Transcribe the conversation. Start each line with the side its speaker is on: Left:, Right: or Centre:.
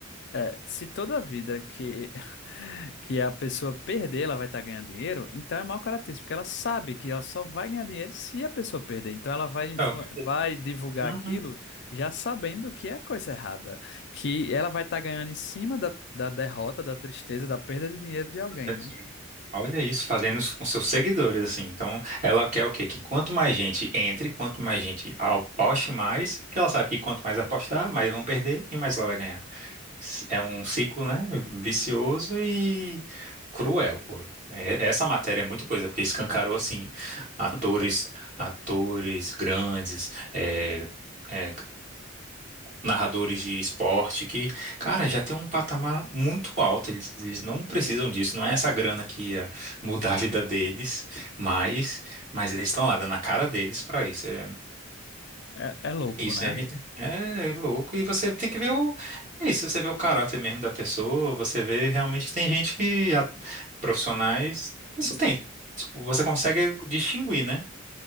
Left: é, se toda vida que, <laughs> que a pessoa perder, ela vai estar ganhando dinheiro, então é mau caratismo, porque ela sabe que ela só vai ganhar dinheiro se a pessoa perder. Então ela vai,
Right: Então,
Left: influ- vai divulgar
Right: uhum.
Left: aquilo já sabendo que é coisa errada, que ela vai estar ganhando em cima da, da derrota, da tristeza, da perda de dinheiro de alguém,
Right: É assim.
Left: né?
Right: Olha isso, fazendo isso com seus seguidores, assim. Então, ela quer o quê? Que quanto mais gente entre, quanto mais gente aposte mais, porque ela sabe que quanto mais apostar, mais vão perder e mais ela vai ganhar. S- É um ciclo, né? Vicioso e cruel, pô. É- Essa matéria é muita coisa, porque escancarou, assim, atores, atores grandes, é, é, narradores de esporte que, cara, já tem um patamar muito alto. Eles, eles não precisam disso, não é essa grana que ia mudar a vida deles, mas, mas eles estão lá dando a cara deles pra isso. É,
Left: É, é louco,
Right: isso
Left: né?
Right: a gente é é louco e você tem que ver o é isso, você vê o caráter mesmo da pessoa, você vê realmente que tem gente que a- profissionais, isso tem. Tipo, Você consegue distinguir, né?